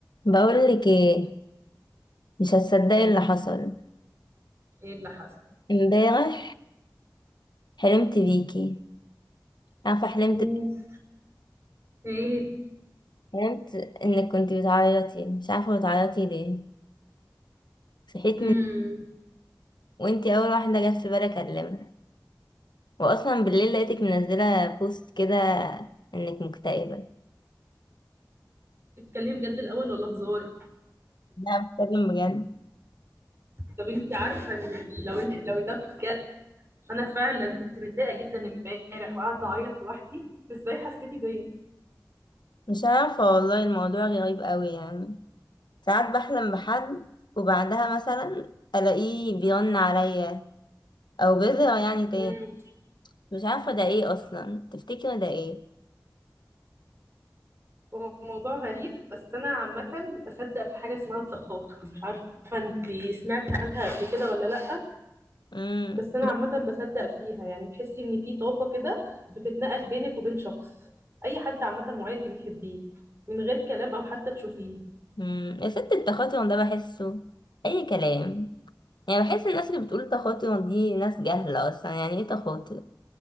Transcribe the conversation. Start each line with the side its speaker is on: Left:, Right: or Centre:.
Left: بقولك ايه مش هتصدقي اللي حصل
Right: ايه اللي حصل
Left: امبارح حلمت بيكي عارفه حلمت
Right: اوف ايه
Left: حلمت انك كنت بتعيطي مش عارفه بتعيطي ليه صحيت
Right: امم
Left: من وانتي اول واحده جت في بالي اكلمها واصلا بالليل لقيتك منزله بوست كده انك مكتئبه
Right: بتتكلمي بجد الاول ولا هزار
Left: لا بتكلم بجد
Right: طب انت عارفه ان لو لو ده بجد انا فعلا كنت متضايقه جدا امبارح وقاعده اعيط لوحدي إنت ازاي حسيتي بيا
Left: مش عارفه والله الموضوع غريب قوي يعني ساعات بحلم بحد وبعدها مثلا الاقيه بيرن عليا او بيظهر يعني تاني
Right: امم
Left: مش عارفة ده ايه اصلا تفتكر ده ايه
Right: هو موضوع غريب بس انا عامه بصدق في حاجه اسمها التخاطر مش عارفه انت سمعتي عنها قبل كده ولا لا
Left: امم
Right: بس انا عامه بصدق فيها يعني تحسي ان في طاقه كده بتتنقل بينك وبين شخص اي حد عامه معين انت بتحبيه من غير كلام او حتى تشوفيه
Left: امم يا ست التخاطر ده بحسه اي كلام يعني بحس الناس اللي بتقول تخاطر دي ناس جهلة اصلا يعني ايه تخاطر